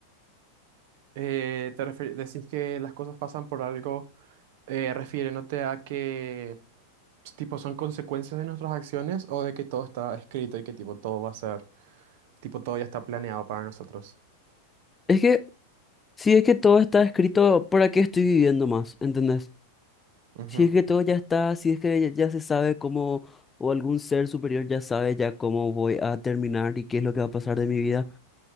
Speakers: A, on the right; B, on the left.
A: Eh, te refier- decís que las cosas pasan por algo. eh, refiriéndote a que pues, tipo son consecuencias de nuestras acciones o de que todo está escrito y que tipo todo va a ser, tipo todo ya está planeado para nosotros.
B: Es que, si es que todo está escrito, ¿para qué estoy viviendo más? ¿Entendés?
A: Ujú.
B: Si es que todo ya está, si es que ya, ya se sabe cómo, o algún ser superior ya sabe ya cómo voy a terminar y qué es lo que va a pasar de mi vida.